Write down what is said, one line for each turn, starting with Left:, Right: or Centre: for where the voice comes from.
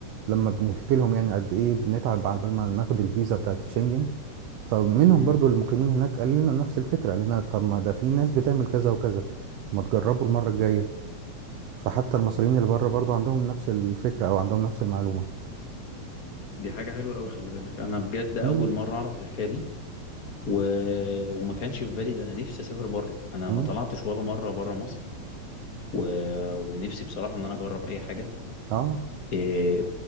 Right: لما بنحكي لهم يعني قد ايه بنتعب على بال ما ناخد الفيزا بتاعت شنجن فمنهم
Left: امم
Right: برضو المقيمين هناك قال لنا نفس الفكرة قال لنا طب ما ده في ناس بتعمل كذا وكذا ما تجربوا المرة الجاية فحتى المصريين اللي بره برضو عندهم نفس الفكرة او عندهم نفس المعلومة
Left: دي حاجة حلوة قوي خلي بالك أنا بجد أول
Right: امم
Left: مرة أعرف الحكاية دي و... وما كانش في بالي ده أنا نفسي أسافر بره أنا
Right: امم
Left: ما طلعتش ولا مرة بره مصر و... ونفسي بصراحة إن أنا أجرب أي حاجة
Right: اه
Left: إيه،